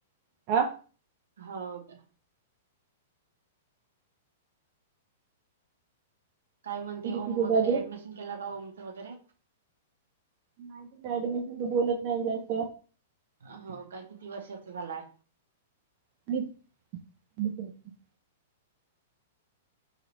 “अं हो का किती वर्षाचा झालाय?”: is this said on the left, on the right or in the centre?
Right